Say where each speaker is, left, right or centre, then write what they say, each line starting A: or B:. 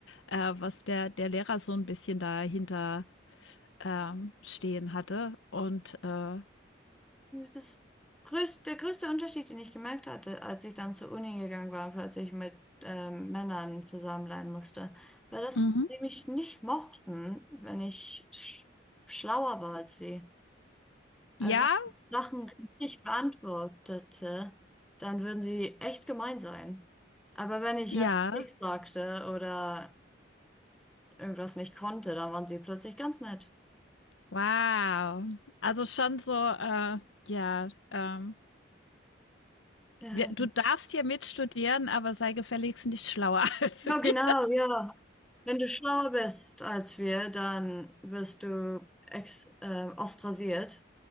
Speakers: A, on the left; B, in the centre.
A: äh, was der, der Lehrer so ein bisschen dahinter ähm, stehen hatte. Und äh,
B: Das größte, der größte Unterschied, den ich gemerkt hatte, als ich dann zur Uni gegangen war, als ich mit ähm, Männern zusammen lernen musste, war, dass
A: mhm.
B: sie mich nicht mochten, wenn ich sch schlauer war als sie. Also
A: ja,
B: wenn man Sachen richtig beantwortete, dann würden sie echt gemein sein. Aber wenn ich
A: ja,
B: einfach nichts sagte oder irgendwas nicht konnte, dann waren sie plötzlich ganz nett.
A: wow. Also schon so, äh, ja, ähm,
B: Ja,
A: Wir, du darfst hier mitstudieren, aber sei gefälligst nicht schlauer <laughs> als
B: ja,
A: wir.
B: genau, ja. Wenn du schlauer bist als wir, dann wirst du ex äh, ostrasiert.